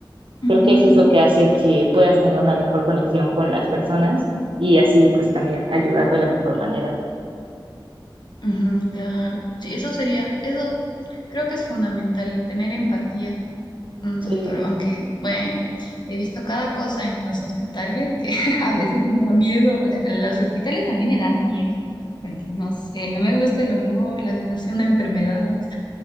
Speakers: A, on the left; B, on the right.
A: ujú,
B: Creo que eso es lo que hace que puedas tener una mejor conexión con las personas y así pues también ayudar de la mejor manera.
A: ujú, claro, sí, eso sería, eso creo que es fundamental, tener empatía, un
B: Sí,
A: doctor, aunque bueno, he visto cada cosa en los hospitales que <laughs> a veces me da miedo, o sea, los hospitales a mí me dan miedo, porque no sé, no me gusta el olor, la sensación de enfermedades,